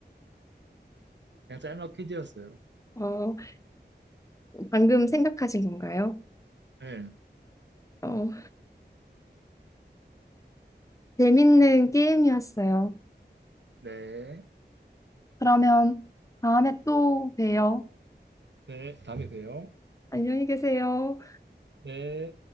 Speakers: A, on the right; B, on the left.
A: 그냥 짤막 퀴즈였어요.
B: 어, 방금 생각하신 건가요?
A: 네.
B: 어, 재밌는 게임이었어요.
A: 네.
B: 그러면 다음에 또 봬요.
A: 네. 다음에 봬요.
B: 안녕히 계세요.
A: 네.